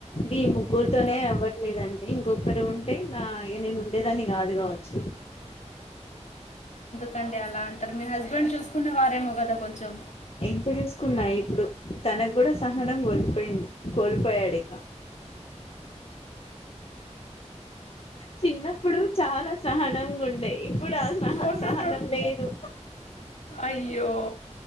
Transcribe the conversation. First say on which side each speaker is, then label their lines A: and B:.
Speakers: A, on the left; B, on the left.
A: ఇ ముగ్గురుతోనే
B: ఆ.
A: అవ్వట్లేదండి ఇంకొకరు ఉంటే నా ఇగ నేను ఉండేదాన్ని కాదు కావచ్చు
B: కండి అలా అంటారు మీ హస్బెండ్ చూసుకునే వారేమో కదా కొంచెం
A: ఎంత చూసుకున్నా ఇప్పుడు తనకు కూడా సహనం కోల్పోయింది కోల్పోయాడు ఇక చిన్నప్పుడు చాలా సహనంగా ఉం ఇఫ్ ఇప్పుడు ఆ సహ
B: ఉండటం
A: సహనం లేదు
B: అయ్యో